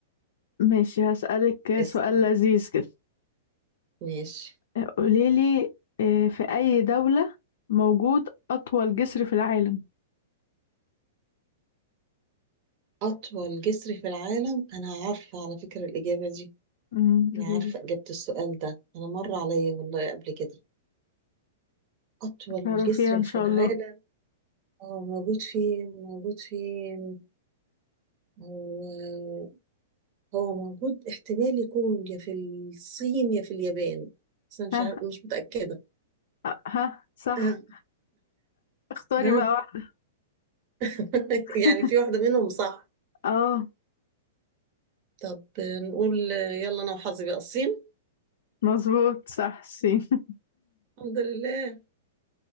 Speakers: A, on the left; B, on the right.
A: ماشي هسألك
B: اسأل
A: سؤال لذيذ كده
B: ماشي
A: قوليلي آه، في أي دولة موجود أطول جسر في العالم
B: أطول جسر في العالم أنا عارفة على فكرة الإجابة دي
A: مم، قوليلي
B: أنا عارفة إجابة السؤال ده أنا مر عليا والله قبل كده أطول
A: تعرفيها
B: جسر
A: إن
B: في
A: شاء
B: العالم
A: الله
B: اه موجود فين موجود فين هو هو موجود احتمال يكون يا في الصين يا في اليابان بس انا مش
A: ها
B: عارف مش متأكدة
A: أ- ها صح
B: آه،
A: اختاري
B: ها
A: بقى واحد
B: <laughs>
A: <laughs>
B: يعني في واحدة منهم صح
A: اه
B: طب نقول يلا انا وحظي بقى الصين
A: مظبوط صح سين <laughs>
B: الحمد لله